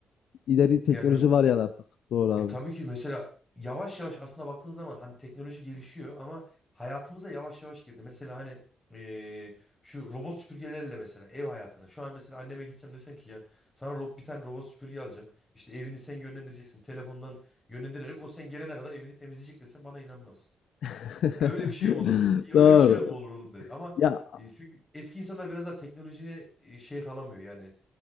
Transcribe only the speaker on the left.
ileri teknoloji
var yani artık. Doğru abi.
<laughs>
Doğru.
Ya